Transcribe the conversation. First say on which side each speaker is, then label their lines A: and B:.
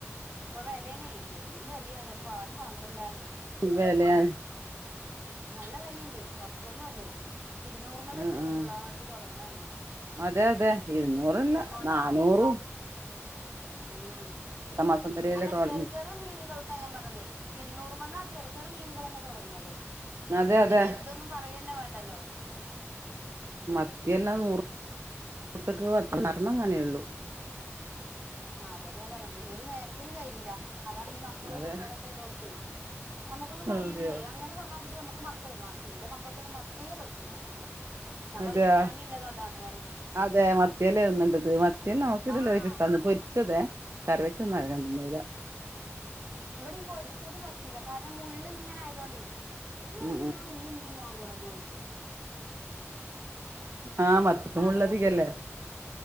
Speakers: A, on the right; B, on the right.
A: ഇപ്പൊ വിലയണേ പെരും വിലയാണ് ഇപ്പൊ ആരും വാങ്ങണില്ലാ
B: വെലയാ
A: നല്ല വലയുണ്ടേ കൊറച്ചൊന്നുംല്ലേ ഇരുന്നൂലുമ്മേലൊക്കെയാണ്
B: ആഹ് ആഹ്
A: ഫുള്ളായിട്ട് തുടങ്ങണ തന്നെ
B: അതെ അതെ ഇരുന്നൂറല്ല
A: കൊണ്ടാണതേ
B: നന്നൂറും
A: ഉം
B: മാസം വരെയല്ലേ
A: അല്ല
B: ട്രോളിങ്
A: ചെറു ചെറു മീനുകൾക്കാ ഞാൻ പറഞ്ഞതേ ഇരുന്നൂറ് ർമന്നാ ചെറ ചെറു മീനുകൾന്നെ തുടങ്ങണുന്നത്
B: അതെ
A: പിന്നെ
B: അതെ
A: വലുതൊന്നും പറയന്നെ വേണ്ടല്ലോ
B: പത്തിയെല്ലാം നൂറ് നറുപ്പക്ക് <unintelligible>
A: ആ അതന്നാ പറഞ്ഞത് ഒരു നേരത്തിന് തയ്ല്ല അതാണ് ഈ മക്കളും
B: അതെ
A: കുട്ടികളുംക്കെ എല്ലോടത്തേ നമുക്കൊന്നു കഴയിൂലേ
B: അതെയോ
A: അങ്ങനെ പറഞ്ഞാൽതിരിക്ക് മക്കളെ എന്റെ മക്കൾക്കൊന്നും മത്തിയേ പറ്റൂല കേട്ടോ ഇവിടെ ഞാൻ
B: അതെയോ
A: പറ വിറ്റാമിൻ ഇല്ലതാണ്
B: അതെ മത്തിയല്ലേ തിന്നണ്ടത് മത്തിയേൽ നമുക്ക് ഇടല്ല
A: ആഹ്
B: ഇഷ്ടന്ന് പൊരിച്ചതെ <unintelligible> തന്നൂല
A: ഇവിടയും പൊരിച്ചത് പറ്റൂല കാരണം മുള്ളിങ്ങനെ ആയതോണ്ടേ നിങ്ങളെന്തിനാണ്
B: ഉം
A: ഈ മീൻ വാങ്ങണ ചോദിച്ച
B: ആഹ മത്തിക്ക് മള്ളതികല്ലേ
A: അതെയോ നിങ്ങള്